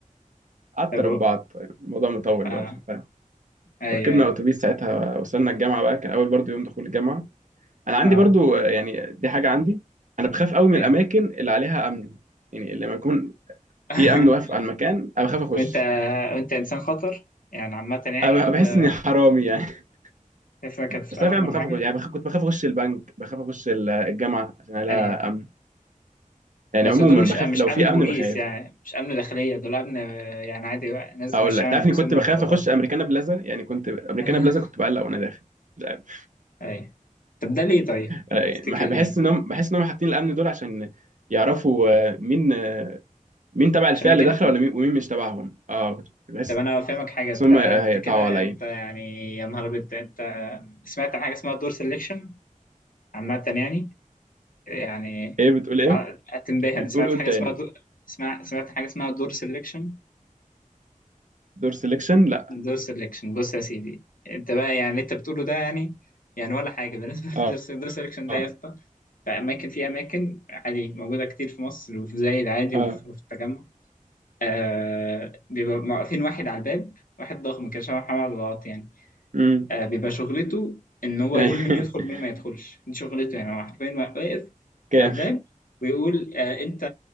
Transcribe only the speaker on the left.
طب
و-
آه
أيوه
أيوه
آه
أيوه
<laughs>
وأنت وأنت إنسان خطر يعني عامة يعني
أنت
تفرق هتسرقهم
ولا
حاجة
أيوه أيوه
بس
دول مش
مش
أمن
بوليس
يعني مش أمن داخلية دول أمن آه، يعني عادي بقى، ناس
مش شعب
لابسين
رفرافات
يعني
<laughs> آه،
أيوه طب ده ليه طيب؟
تفتكر ليه؟
عشانك
أنت؟
طب انا فاهمك حاجه انت
انت
كده
انت يعني يا نهار ابيض انت سمعت عن حاجه اسمها دور سelection عامه يعني يعني
انت
هتنبهر
انا سمعت
حاجه
اسمها دور اسمع سمعت حاجه اسمها دور سelection
دور سelection بص يا سيدي انت بقى يعني اللي انت بتقوله ده يعني يعني ولا حاجه <laughs> بالنسبه
للدور سelection ده
يا اسطى في اماكن في اماكن عادي موجوده كتير في مصر وفي زايد عادي
وفي وفي التجمع آه بيبقى واقفين واحد على الباب واحد ضخم كده شبه محمد الغلط يعني
آه، بيبقى شغلته ان هو
يقول مين يدخل مين ما يدخلش دي شغلته يعني هو حرفيا واقف
على الباب ويقول آه انت